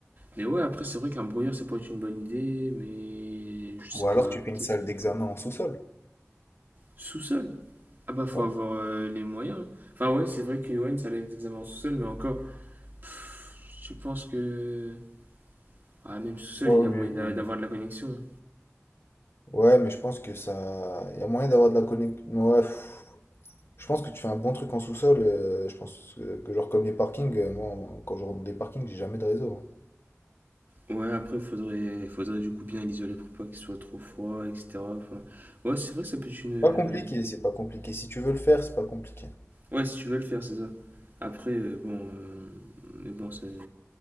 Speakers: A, on the right; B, on the left.
A: Mais ouais, après, c'est vrai qu'un brouilleur, ça pourrait être une bonne idée, mais je sais
B: Ou alors
A: pas,
B: tu fais une
A: peut-être
B: salle
A: que.
B: d'examen en sous-sol.
A: Sous-sol Ah bah, faut
B: Ouais.
A: avoir euh, les moyens. Enfin, ouais, c'est vrai que Yoann, ça allait être examens en sous-sol, mais encore, pff, je pense que. Ah, même sous-sol,
B: Ouais,
A: il y a
B: oui,
A: moyen d'a-
B: oui,
A: d'avoir
B: oui.
A: de la connexion.
B: Ouais, mais je pense que ça. Il y a moyen d'avoir de la connexion. Ouais, pff, Je pense que tu fais un bon truc en sous-sol. euh, je pense que, que genre comme les parkings, euh, moi en- quand je rentre dans des parkings, j'ai jamais de réseau. hein.
A: hein. Ouais, après, faudrait, faudrait du coup bien l'isoler pour pas qu'il soit trop froid, etc. Enfin, ouais, c'est vrai que ça peut être une.
B: Pas compliqué, c'est pas compliqué. Si tu veux le faire, c'est pas compliqué.
A: Ouais, si tu veux le faire, c'est ça. Après, euh, bon. euh, Mais bon, c'est.